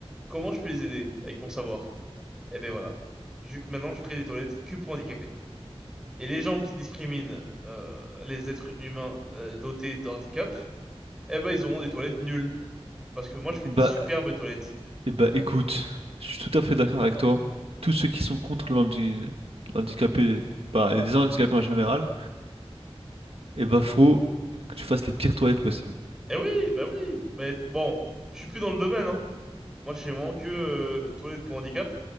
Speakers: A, in the centre; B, on the right.
A: comment je peux les aider avec mon savoir? Eh ben voilà. Je- maintenant, je crée des toilettes que pour handicapés. Et les gens qui discriminent euh, les êtres humains euh, dotés d'handicap, eh ben ils auront des toilettes nulles. Parce que moi je fais
B: Bah,
A: des superbes toilettes.
B: eh bah écoute, je suis tout à fait d'accord avec toi. Tous ceux qui sont contre l'handi- l'handicapé, bah, les handicapés en général, eh bah faut que tu fasses les pires toilettes possibles.
A: Eh oui, bah oui. Mais bon, je suis plus dans le domaine, hein. Moi je fais vraiment que euh, toilettes pour handicap,